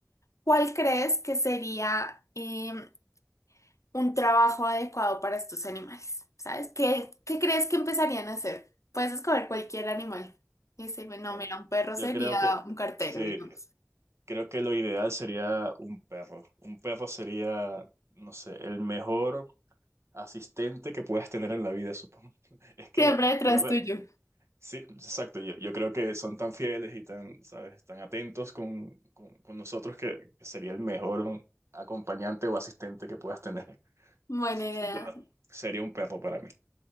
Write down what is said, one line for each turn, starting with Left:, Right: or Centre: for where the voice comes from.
Left: ¿Cuál crees que sería em, un trabajo adecuado para estos animales? ¿Sabes? ¿Qué, qué crees que empezarían a hacer? Puedes escoger cualquier animal. Y decirme, no,
Right: Vale.
Left: mira, un perro
Right: Yo
Left: sería
Right: creo que,
Left: un cartero,
Right: sí,
Left: digamos.
Right: creo que lo ideal sería un perro. Un perro sería, no sé, el mejor asistente que puedas tener en la vida, supongo. <laughs> Es que,
Left: Siempre detrás
Right: yo ve-
Left: tuyo.
Right: sí, exacto, yo, yo creo que son tan fieles y tan, ¿sabes? Tan atentos con, con- con nosotros que, que sería el mejor acompañante o asistente que puedas tener. <laughs>
Left: Buena
Right: Sin
Left: idea.
Right: duda, sería un perro para mí.